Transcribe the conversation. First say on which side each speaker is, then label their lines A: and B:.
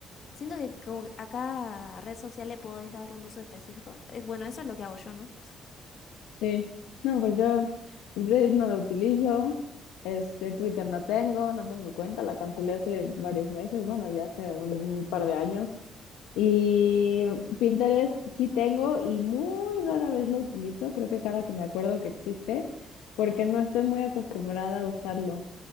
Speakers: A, on the left; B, on the left.
A: Siento que como que a cada red social le podés dar un uso específico. Eh, Bueno, eso es lo que hago yo, ¿no?
B: Sí, no, pues yo Reddit no lo utilizo, este Twitter no tengo, no tengo cuenta, la cancelé hace varios meses, bueno, ya hace un, un par de años. Y Pinterest sí tengo y muy rara vez lo utilizo, creo que cada que me acuerdo que existe, porque no estoy muy acostumbrada a usarlo.